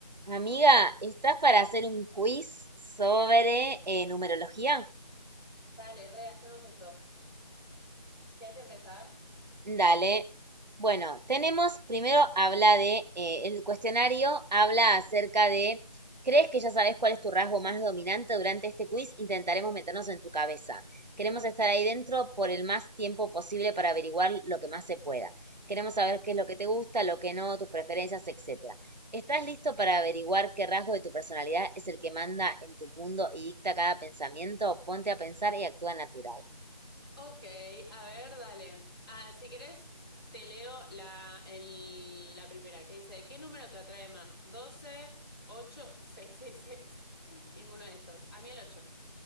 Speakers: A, on the right (about 80°); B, on the left (about 35°).
A: Amiga, ¿estás para hacer un quiz sobre eh, numerología?
B: Dale, re, hacemos eso. ¿Quieres empezar?
A: Dale. Bueno, tenemos, primero habla de, eh, el cuestionario habla acerca de, ¿crees que ya sabes cuál es tu rasgo más dominante durante este quiz? Intentaremos meternos en tu cabeza. Queremos estar ahí dentro por el más tiempo posible para averiguar lo que más se pueda. Queremos saber qué es lo que te gusta, lo que no, tus preferencias, etcétera. ¿Estás listo para averiguar qué rasgo de tu personalidad es el que manda en tu mundo y dicta cada pensamiento? Ponte a pensar y actúa natural.
B: Ok, a ver, dale. Ah, si querés, te leo la, el- la primera que dice, ¿qué número te atrae más? 12, 8, seis <laughs> Ninguno de estos. A mí el ocho